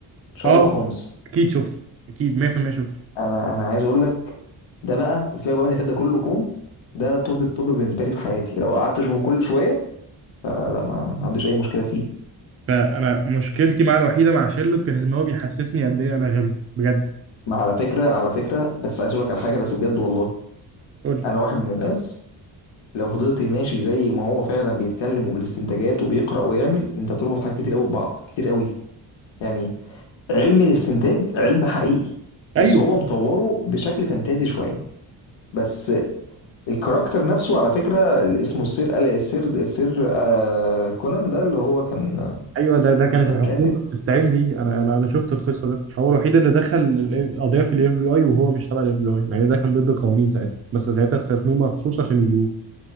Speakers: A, on the left (about 75°); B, on the right (about 30°).
A: شارلوك
B: اه
A: هومز
B: اكيد شفته اكيد 100% شفته
A: انا انا عايز اقول لك ده بقى سيبك بقى من اللي فات ده كله كوم ده توب التوب بالنسبه لي في حياتي لو قعدت اشوفه كل شويه فلا لا ما ما عنديش اي مشكله فيه
B: فانا مشكلتي معاه الوحيده مع شيرلوك كانت ان هو بيحسسني قد ايه انا غبي بجد
A: ما على فكره على فكره بس عايز اقول لك على حاجه بس بجد والله
B: قول لي.
A: انا واحد من الناس لو فضلت ماشي زي ما هو فعلا بيتكلم وبالاستنتاجات وبيقرا ويعمل انت تربط حاجات كتير قوي ببعض كتير قوي يعني علم الاستنتاج علم حقيقي بس
B: ايوه
A: هو مطوره بشكل فانتازي شويه بس الكاركتر نفسه على فكره اللي اسمه السير الا السير السير آه كونان ده اللي هو كان
B: ايوه ده ده كانت
A: كان
B: الحكومه
A: كاتب
B: بتستعين بيه انا انا انا شفت القصه ده هو الوحيد اللي دخل ال- قضيه في الاف بي اي وهو مش تبع الاف بي اي يعني ده كان ضد القوانين ساعتها بس ساعتها استثنوه مخصوص عشان يجيبوه